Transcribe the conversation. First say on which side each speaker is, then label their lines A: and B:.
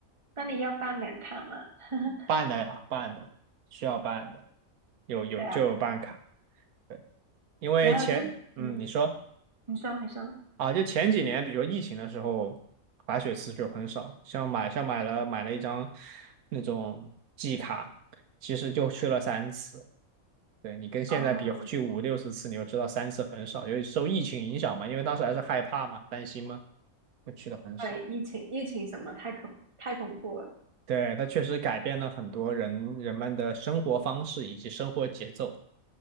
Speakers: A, on the right; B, on the right.
A: 那你要办年卡吗？<laughs>
B: 办的呀，办的，需要办的，有有就有办卡，
A: 对啊，不
B: 对，因为前，
A: 然后这嗯，
B: 嗯，你说
A: 你说你说
B: 啊，就前几年，比如疫情的时候，滑雪次数就很少，像买像买了买了一张那种季卡，其实就去了三次，对你跟现在比，
A: 哦，
B: 去五六十次，你就知道三次很少，由于受疫情影响嘛，因为当时还是害怕嘛，担心嘛，就去的很少。
A: 对，疫情疫情什么太可太恐怖了。
B: 对，它确实改变了很多人人们的生活方式以及生活节奏。